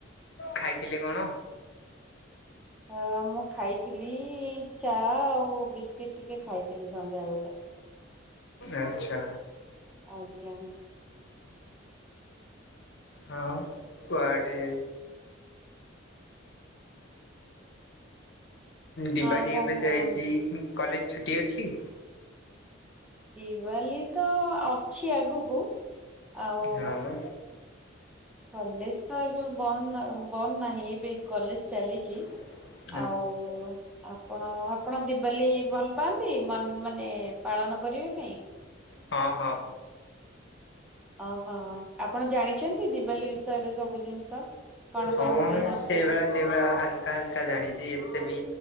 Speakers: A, on the left; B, in the centre.
A: ଖାଇଥିଲେ କଣ?
B: ଅ ମୁଁ ଖାଇଥିଲି ଚା ଆଉ ବିସ୍କୁିଟ ଟିକେ ଖାଇଥିଲି ସନ୍ଧ୍ୟାବେଳେ
A: ଆଛା।
B: ଆଛା।
A: ହଁ କୁଆଡ଼େ? ଦିବାଲି
B: ଆଉ କଣ
A: ଏବେ
B: କୁହନ୍ତୁ?
A: ଯାଇଛି କଲେଜ ଛୁଟି ଅଛି।
B: ଦିୱାଲୀ ତ ଅଛି ଆଗକୁ ଆଉ
A: ହଁ
B: କଲେଜ ତ ଏବେ ବନ୍ଦ ବନ୍ଦ ନାହିଁ ଏବେ କଲେଜ ଚାଲିଛି।
A: <inaudible>
B: ଆଉ ଆପଣ ଆପଣ ଦିବାଲି ଭଲ ପାଆନ୍ତି ମନ ମାନେ ପାଳନ କରିବା ପାଇଁ?
A: ହଁ ହଁ।
B: ଓହୋ ଆପଣ ଜାଣିଛନ୍ତି ଦିବାଲି ବିଷୟରେ ସବୁ ଜିନିଷ? କଣ
A: ହଁ
B: କଣ ହୁଏ ନ
A: ସେଇଭଳି
B: ହୁଏ?
A: ସେଇଭଳି ହାଲକା ହାଲକା ଜାଣିଛି ଏତେ ବି